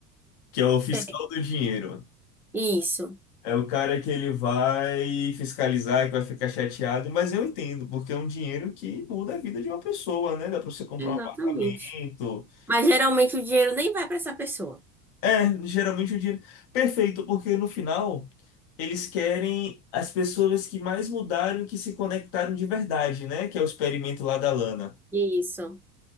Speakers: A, on the left; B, in the centre.
A: Que é o fiscal
B: É.
A: do dinheiro.
B: Isso,
A: É o cara que ele vai fiscalizar, que vai ficar chateado, mas eu entendo, porque é um dinheiro que muda a vida de uma pessoa, né? Dá pra você comprar
B: exatamente.
A: um apartamento,
B: Mas geralmente o dinheiro nem vai para essa pessoa.
A: É, geralmente é o dinheiro. Perfeito, porque no final eles querem as pessoas que mais mudaram e que se conectaram de verdade, né? Que é o experimento lá da Lana.
B: Isso.